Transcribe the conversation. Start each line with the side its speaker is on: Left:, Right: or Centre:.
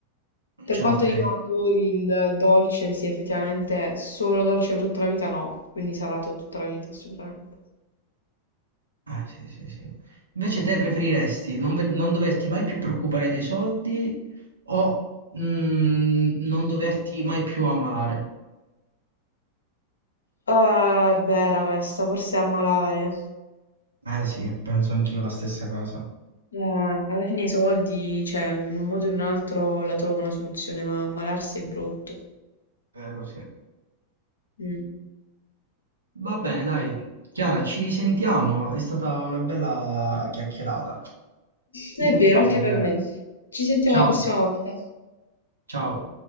Left: Per
Right: ce
Left: quanto
Right: la farei.
Left: io adori il dolce, sì, effettivamente solo dolce per tutta la vita no, quindi salato tutta la vita assolutamente.
Right: Ah, sì, sì, sì. Invece te preferiresti non, ver- non doverti mai più preoccupare dei soldi o mm, non doverti mai più ammalare?
Left: Eh, bella questa, forse a malare.
Right: Eh sì, penso anch'io la stessa cosa.
Left: Eh, alla fine i soldi, cioè, in un modo o in un altro la trovo una soluzione, ma ammalarsi è brutto.
Right: Vero, sì.
Left: Mm.
Right: Va bene, dai. Chiara, ci risentiamo. È stata una bella chiacchierata. Ci
Left: È
Right: sentiamo
Left: vero, anche
Right: magari.
Left: per me. Ci sentiamo
Right: Ciao,
Left: la prossima volta.
Right: ciao.